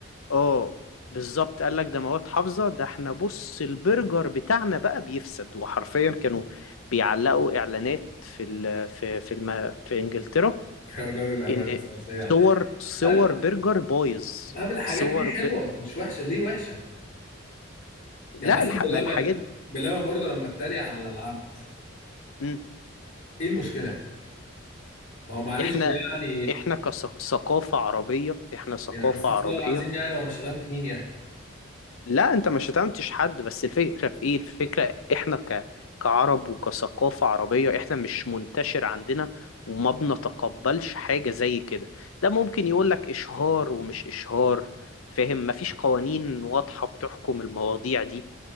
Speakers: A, on the left (about 80°); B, on the left (about 40°).
A: اه بالظبط قال لك ده مواد حافظة ده احنا بص البرجر بتاعنا بقى بيفسد وحرفيا كانوا بيعلقوا اعلانات في ال في في الم في انجلترا
B: لا حول ولا
A: ان
B: قوه الا
A: صور صور
B: بالله
A: برجر بايظ
B: ده بالحاجات
A: صور
B: دي حلوه
A: ب...
B: مش وحشه ليه وحشه
A: لا
B: يعني مثلا
A: الح...
B: بلبن
A: ما الحاجات دي
B: بلبن برضه لما اتريق على العبد
A: مم.
B: ايه المشكله هو معلش
A: احنا
B: يعني
A: احنا كثقافة عربية احنا ثقافة
B: يعني استغفر
A: عربية
B: الله العظيم يعني وانا شتمت مين يعني
A: لا انت ما شتمتش حد بس الفكرة في ايه الفكرة احنا ك... كعرب وكثقافة عربية احنا مش منتشر عندنا وما بنتقبلش حاجة زي كده ده ممكن يقولك اشهار ومش اشهار فاهم مفيش قوانين واضحة بتحكم المواضيع دي